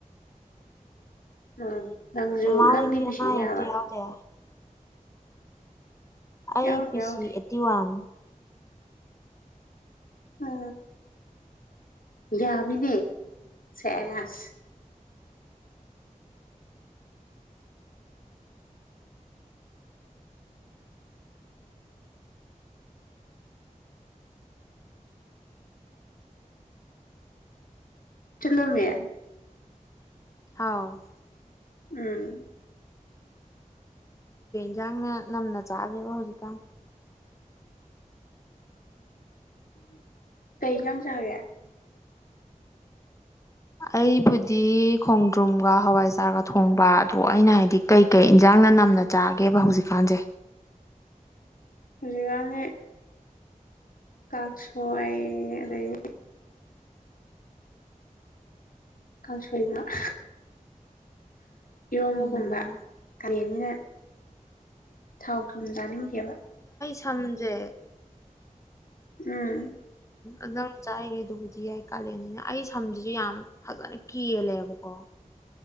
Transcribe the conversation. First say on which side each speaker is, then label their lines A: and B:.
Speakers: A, on the left; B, on the left.
A: ꯎꯝ ꯅꯪꯁꯨꯨ
B: ꯃꯃꯥ
A: ꯅꯪ
B: ꯍꯣꯏꯗꯤ
A: ꯄꯤꯁꯤ
B: ꯑꯅꯥ
A: ꯀꯌꯥꯅꫭ
B: ꯑꯌꯦꯛ ꯑꯝꯇ ꯌꯥꯎꯗꯦ ꯑꯩ
A: ꯌꯥꯎꯗꯦ
B: ꯄꯤ
A: ꯌꯥꯎꯗꯦ
B: ꯁꯤ ꯑꯦꯠꯇꯤ ꯋꯥꯟ
A: ꯑ ꯌꯥꯕꯤꯅꯦ ꯁꯁ ꯆꯠꯂꯣ ꯃꯦ
B: ꯍꯥꯎ
A: ꯎꯝ
B: ꯌꯦꯟꯖꯥꯡꯅ ꯅꯝꯅ ꯆꯥꯒꯦꯕ ꯍꯧꯖꯤꯛꯀꯥꯟ
A: ꯀꯩ ꯏꯟꯁꯥꯡ ꯆꯥꯒꯦ
B: ꯑꯩꯕꯨꯗꯤ ꯈꯣꯡꯗ꯭ꯔꯨꯝꯒ ꯍꯋꯥꯏꯖꯥꯔꯒ ꯊꯣꯡꯕ ꯑꯗꯣ ꯑꯩꯅ ꯍꯥꯏꯕꯗꯤ ꯀꯩꯀꯩ ꯏꯟꯁꯥꯡꯅ ꯅꯝꯅ ꯆꯥꯒꯦꯕ ꯍꯧꯖꯤꯛꯀꯥꯟꯁꯦ
A: ꯍꯧꯖꯤꯛ ꯀꯟꯅꯤ ꯀꯛ ꯁꯣꯏ ꯑꯗꯩ ꯀꯁꫭꯏ ꯉꯛ ꯏꯔꯣꯝꯕꯒꯨꯝꯕ
B: ꯎꯝ
A: ꯀꯂꯦꯟꯅꯤꯅ ꯊꯥꯎ ꯊꯨꯨꯝ ꯆꯥꯅꯤꯡꯗꯦꯕ
B: ꯁꯝꯖꯦ
A: ꯎꯝ
B: ꯑꯗꯥꯡ ꯆꯥꯏꯉꯩ ꯑꯗꯨꯕꯨꯗꯤ ꯌꯥꯏ ꯀꯥꯂꯦꯟꯅꯤꯅ ꯑꯩ ꯁꯝꯁꯤꯁꯨ ꯌꯥꯝ ꯐꯖꯅ ꯀꯦꯜꯂꯦꯕꯀꯣ